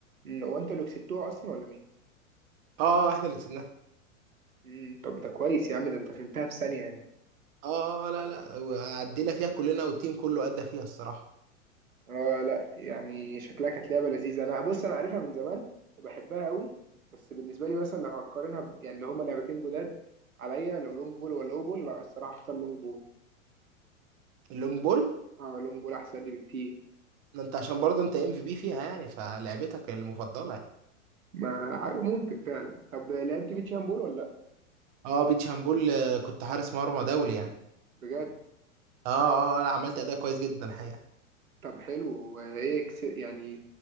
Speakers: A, on the right; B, on the right.
A: مم، هو أنتوا اللي كسبتوها أصلا ولا مين؟
B: اه احنا اللي كسبناها
A: مم. طب ده كويس يا عم ده أنت فهمتها في ثانية يعني.
B: اه آه، لا لا وعدينا فيها كلنا والتيم كله ادى فيها الصراحه
A: آه لا يعني شكلها كانت لعبة لذيذة أنا بص أنا عارفها من زمان وبحبها قوي بس بالنسبة لي مثلا لو هقارنها ب... يعني اللي هما لعبتين جداد عليا لو لونج بول ولا لو بول لا الصراحة هختار لونج بول
B: اللونج بول
A: اه لونج بول أحسن لي بكتير
B: ما انت عشان برضه انت ام في بي فيها يعني فلعبتك المفضله يعني.
A: ما حاجة ممكن فعلا طب لعبت بيتش هاند بول ولا لأ؟
B: اه بيتش هامبول آه، كنت حارس مرمى دولي يعني
A: بجد
B: اه اه لا عملت اداء كويس جدا الحقيقه
A: طب حلو ايه كس... يعني